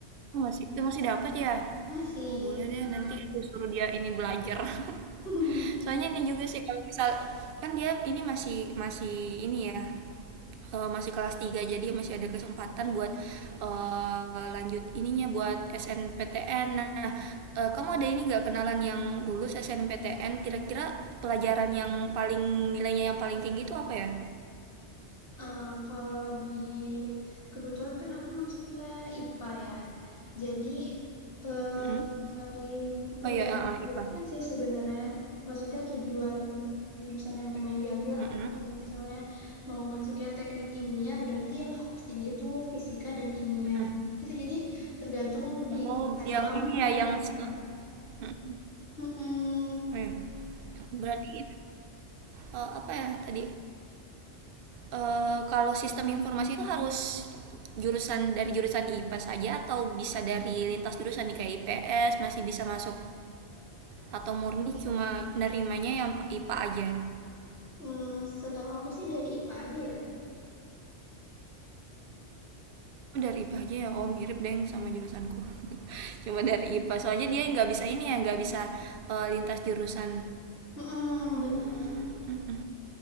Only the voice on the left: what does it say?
masih.
<laughs>
Eee, kalau di kebetulan kan aku masuknya IPA ya. Jadi, eee,
yang paling tergantung
jurusan
sih sebenarnya. Maksudnya tujuan jurusan yang pengen diambil
aku Misalnya mau masuknya teknik kimia, berarti yang harus tinggi tuh fisika dan kimia,
gitu. Jadi tergantung di
adik
kamu
gitu.
Mhm,
mmm, setahu aku sih dari IPA aja ya.
Mhm,
benar.